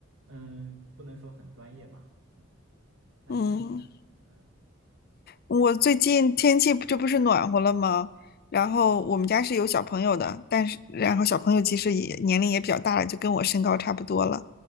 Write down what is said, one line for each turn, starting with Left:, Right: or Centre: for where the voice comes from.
Right: 嗯，不能说很专业吧。嗯。那那你呢？
Left: 嗯。
Right: 嗯
Left: 我最近天气不这不是暖和了吗？然后我们家是有小朋友的，
Right: 嗯
Left: 但是然后小朋友其实也年龄也比较大了，就跟我身高差不多了，